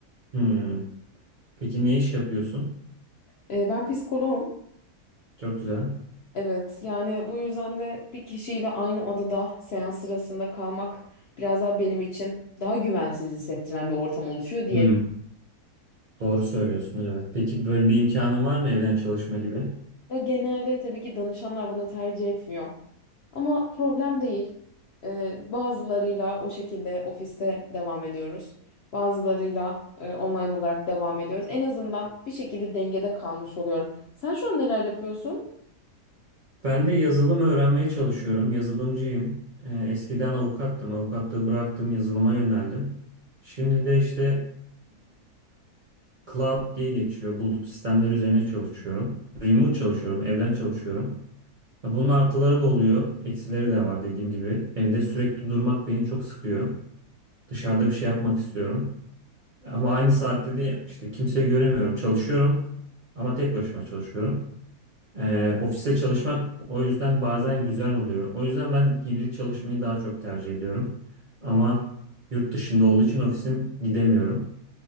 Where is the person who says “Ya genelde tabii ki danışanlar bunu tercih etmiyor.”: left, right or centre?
Left